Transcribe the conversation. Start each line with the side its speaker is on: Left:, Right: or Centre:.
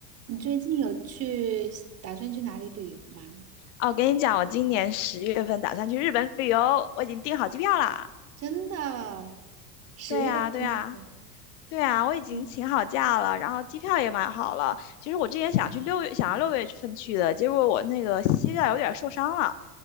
Right: 你最近有去打算去哪里旅游吗？
Left: 哦，我跟你讲，我今年十月份打算去日本旅游，我已经订好机票啦。
Right: 真的，十月份是吗？
Left: 对呀，对呀，对呀，我已经请好假了，
Right: <laughs> 嗯
Left: 然后机票也买好了。其实我之前想去六月，想要六月份去的，结果我那个膝盖有点受伤了，